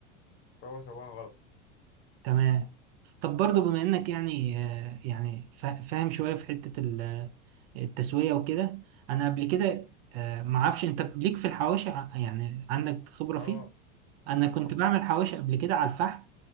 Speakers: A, on the left; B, on the right.
A: فهو سواها غلط
B: تمام طب برضو بما انك يعني آه، يعني فا- فاهم شوية في حتة ال- آه، التسوية وكده انا قبل كده آه، معرفش انت ليك في الحواشي ع- يعني عندك خبرة
A: اه
B: فيه انا كنت
A: اه
B: بعمل حواشي قبل كده على الفحم